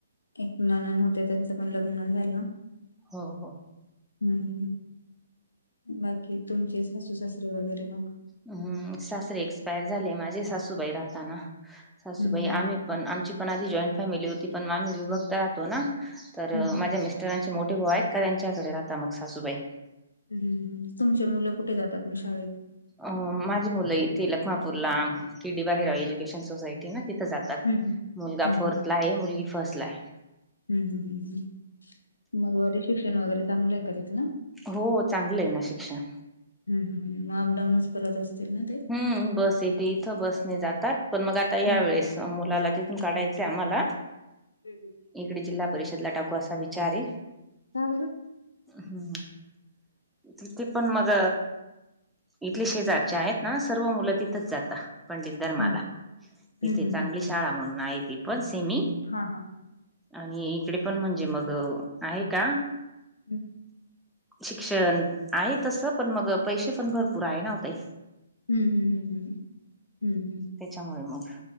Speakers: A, on the left; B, in the centre.
A: एक नणंद होते, त्यांचं पण लग्न झालं.
B: हो हो.
A: हू हू. बाकी तुमचे सासू सासरे वगैरे मग.
B: हुं. सासरे एक्सपायर झाले माझे, सासूबाई राहताना सासूबाई,
A: हम्म हम्म
B: आम्ही
A: हम्म
B: पण, आमची पण आधी जॉईंट फॅमिली होती, पण आम्ही विभक्त राहतो ना तर
A: हम्म
B: अ
A: हम्म.
B: माझ्या मिस्टरांचे मोठीे भाऊ आहेत का? त्यांच्याकडे राहता मग सासूबाई.
A: हू हू. तुमची मुलं कुठे जातात म शाळेत?
B: अ माझी मुलं इथे लखमापूरला, किडी बालेराव एज्युकेशन सोसायटी ते ना तिथं जातात.
A: हम्म
B: मुलगा
A: हम्म
B: फोर्थ ला आहे. मुलगी फर्स्ट ला आहे.
A: हू हू हू हू. मग वगैरे शिक्षण वगैरे चांगलं आहे का तिथल?
B: हो चांगलय ना शिक्षण.
A: हू हू हू. म अपडाऊनच करत असतील ना? ते?
B: हुं. बस येते इथं, बसणे जातात. मग आता यावेेळेस
A: हम्म.
B: मुलाला तिथून काढायचंय आम्हाला
A: हू हू.
B: इकडे जिल्हा परिषदला टाकू, असा विचार ये.
A: का बरं?
B: हू. तिथे पण मग, इथली शेजारचे आहेत ना सर्व मुल तिथंच जाता. पंडित धर्माला,
A: हम्म हम्म
B: इथे चांगली
A: हम्म
B: शाळा म्हणून हाय ती
A: हम्म.
B: पण, सेमी
A: हा हा.
B: आणि इकडे पण म्हणजे मग आहे का?
A: हू.
B: शिक्षण आहे तसं, पण मग पैसे पण भरपूर आहे ना, ओ ताई.
A: हू हू हू हू हू. हू.
B: हेच्यामुळे मग